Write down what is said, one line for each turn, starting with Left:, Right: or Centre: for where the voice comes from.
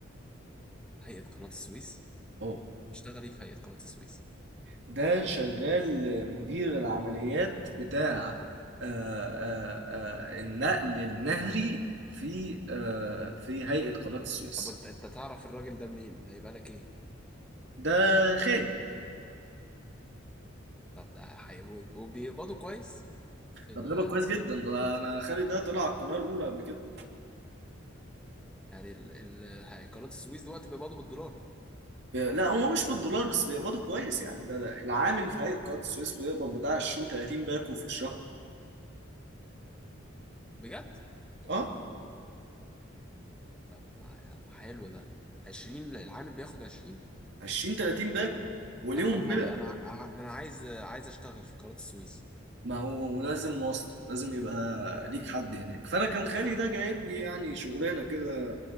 Centre: هيئه قناه السويس
Right: اه
Centre: اشتغلي في هيئه قناه السويس
Right: ده شغال مدير العمليات بتاع آه، آه، آه، النقل النهري في آه، في هيئة قناة السويس
Centre: طب انت انت تعرف الراجل ده منين ده يبقى لك ايه
Right: ده خالي
Centre: طب ده حي... وبيقبضوا كويس في
Right: ده
Centre: ال...
Right: بيقبض كويس جدا ده انا خالي ده طلع على القناة الأولى قبل كده
Centre: يعني ال... ال... هي- قناة السويس دلوقتي بيقبضوا بالدولار
Right: بي- لا هو مش بالدولار بس بيقبضوا كويس يعني ده, ده العامل في هيئة قناة السويس بيقبض بتاع 20 30 باكو في الشهر
Centre: بجد
Right: اه
Centre: طب ما يعني حلو ده 20 العامل بياخد 20
Right: 20 30 باكو وليهم
Centre: طب هم
Right: كده
Centre: بقى انا ع- انا عايز عايز اشتغل في قناة السويس
Right: ما هو لازم واسطة لازم يبقى ليك حد هناك فأنا كان خالي ده جايب لي يعني شغلانة كده